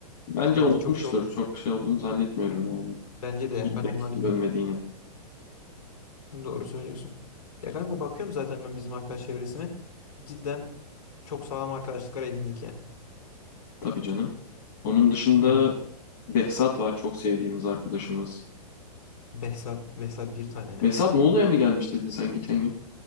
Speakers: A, on the left; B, on the left.
A: bence
B: Ben
A: unutmuştur.
B: de çok şey ol-
A: Çok şey olduğunu zannetmiyorum yani.
B: Bence de ya
A: Bilerek
B: ben onu arayayım
A: dönmediğini.
B: bir. Doğru söylüyorsun. Ya kanka bakıyorum zaten ben bizim arkadaş çevresine. Cidden çok sağlam arkadaşlıklar edindik yani.
A: Tabii canım. Onun dışında
B: Yani
A: Behzat var çok sevdiğimiz arkadaşımız.
B: Behzat, Behzat bir tane ya.
A: Behzat Muğla'ya mı gelmiş dedin sen geçen gün?